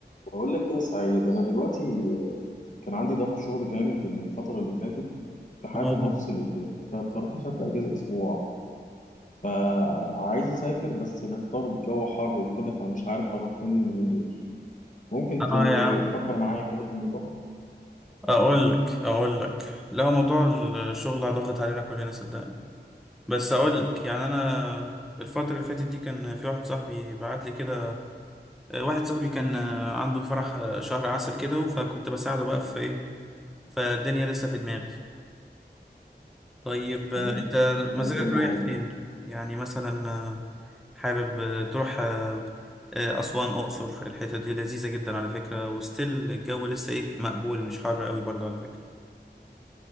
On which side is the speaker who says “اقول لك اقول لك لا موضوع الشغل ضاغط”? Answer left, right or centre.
Centre